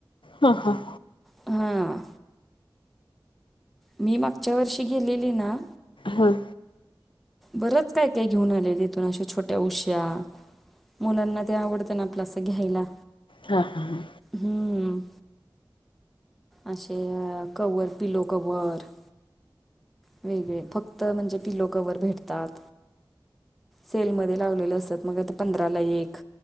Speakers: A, on the left; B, in the centre.
A: हा हा.
B: हां. मी मागच्या वर्षी गेलेली ना
A: हां.
B: बरंच काय काय घेऊन आलेले इथून अशा छोट्या उश्या मुलांना ते आवडत ना असं घ्यायला.
A: हां हां हां.
B: हम्म. अशे कवर पिलो कवर वेगळे फक्त म्हणजे पिलो कवर भेटतात. सेलमध्ये लावलेलं असतात मग काय ते पंधराला एक